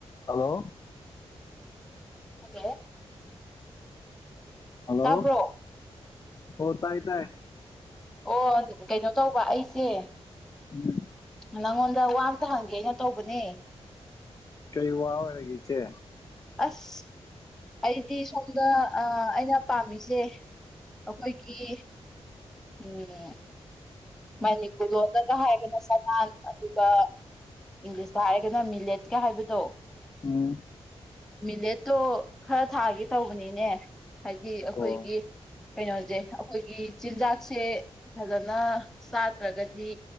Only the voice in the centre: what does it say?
ꯍꯜꯂꯣ
ꯇꯥꯕ꯭ꯔꯣ
ꯑꯣ ꯀꯩꯅꯣ ꯇꯧꯕ ꯑꯩꯁꯦ
ꯅꯪꯉꯣꯟꯗ ꯋꯥ ꯑꯃꯇ ꯍꯪꯒꯦꯩꯅ ꯇꯧꯕꯅꯦ
ꯑꯁ ꯑꯩꯗꯤ ꯁꯣꯝꯗ ꯑꯩꯅ ꯄꯥꯝꯃꯤꯁꯦ ꯑꯩꯈꯣꯏꯒꯤ ꯎꯝ ꯃꯅꯤꯄ ꯂꯣꯂꯒ ꯍꯥꯏꯔꯒꯅ ꯁꯥꯟ ꯑꯗꯨꯒ ꯏꯪꯂꯤꯁꯇ ꯍꯥꯏꯔꯒꯅ ꯃꯤꯂꯦꯠꯀ ꯍꯥꯏꯕꯗꯣ
ꯃꯤꯂꯦꯠꯇꯣ ꯈꯔ ꯊꯥꯒꯦ ꯇꯧꯕꯅꯤꯅꯦ ꯍꯥꯏꯗꯤ ꯑꯩꯈꯣꯏꯒꯤ
ꯀꯩꯅꯣꯁꯦ ꯑꯩꯈꯣꯏꯒꯤ ꯆꯤꯟꯖꯥꯛꯁꯦ ꯐꯖꯅ ꯆꯥꯗ꯭ꯔꯒꯗꯤ